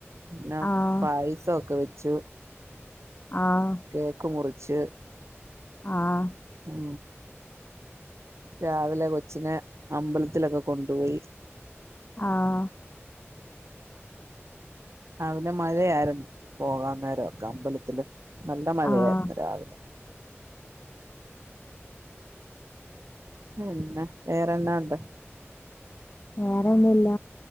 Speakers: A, on the right; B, on the left.
A: എന്നാ
B: ആഹ്
A: പായസമൊക്കെ വെച്ചു
B: ആഹ്
A: കേക്ക് മുറിച്ച്
B: ആഹ്
A: ഉ രാവിലെ കൊച്ചിനെ അമ്പലത്തിലൊക്കെ കൊണ്ടുപോയി.
B: ആഹ്
A: രാവിലെ മഴയായിരുന്നു പോകാ നേരംക്കെ അമ്പലത്തില് നല്ല മഴയായിരുന്നു.
B: ആഹ്
A: രാവിലെ ന്നെ വേറെന്താ ഉണ്ട്.
B: വേറെ ഒന്നുഇല്ല.